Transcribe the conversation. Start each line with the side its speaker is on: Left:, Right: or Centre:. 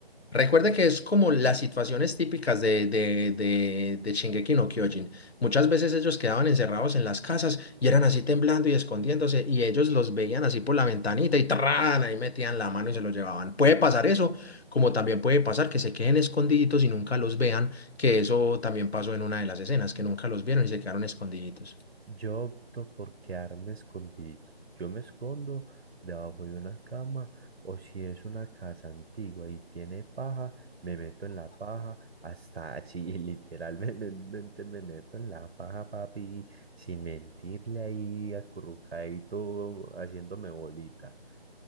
Left: Recuerda que es como las situaciones típicas de, de, de, de Shingeki no Kyojin. Muchas veces ellos quedaban encerrados en las casas y eran así temblando y escondiéndose y ellos los veían así por la ventanita y ¡tarán! ahí metían la mano y se los llevaban. Puede pasar eso, como también puede pasar que se queden escondiditos y nunca los vean, que eso también pasó en una de las escenas, que nunca los vieron y se quedaron escondiditos.
Right: Yo opto por quedarme escondido. Yo me escondo debajo de una cama o si es una casa antigua y tiene paja, me meto en la paja hasta así, <laughs> literalmente me meto en la paja, papi, sin mentirle ahí, acurrucadito, haciéndome bolita.